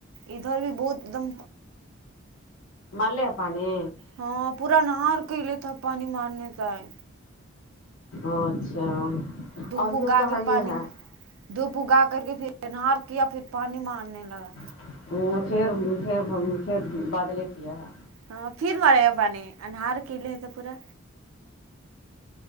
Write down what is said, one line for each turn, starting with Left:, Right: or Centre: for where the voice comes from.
Right: ادھر بھی بہت ایک دم
Left: مرلے ہے پانی
Right: ہاں پورا نہار کے لیے تھا پانی مارنے ہے
Left: اچھا
Right: دو وپو
Left: ابھی
Right: گا
Left: تو
Right: کے
Left: ہے یہ
Right: پانی
Left: ہے
Right: دھوپ اگا کر کے پھر کیا پھر پانی مارنے لگا
Left: <unintelligible> پھر پھر بادلے کیا ہے
Right: ہاں پھر لایا پانی انار کیلے تو پورا